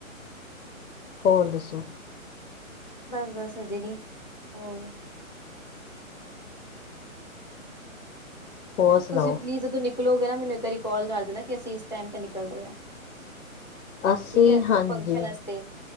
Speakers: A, on the left; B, on the left.
A: ਹੋਰ ਦੱਸੋ।
B: ਬਸ- ਬਸ ਹਜੇ ਨੀ ਹੋਰ
A: ਹੋਰ ਸੁਣਾਓ
B: ਤੁਸੀਂ ਪਲੀਜ਼ ਜਦੋਂ ਨਿਕਲੋਗੇ ਨਾ ਮੈਨੂੰ ਇੱਕ ਵਾਰੀ ਕੋਲ ਕਰ ਦੇਣਾ ਕਿ ਅਸੀਂ ਇਸ ਟਾਈਮ ਤੇ ਨਿਕਲ ਰਹੇ ਆਂ।
A: ਅਸੀਂ
B: ਠੀਕ ਏ
A: ਹਾਂਜੀ
B: ਉਹ ਫੰਕਸ਼ਨ ਅਸਤੇ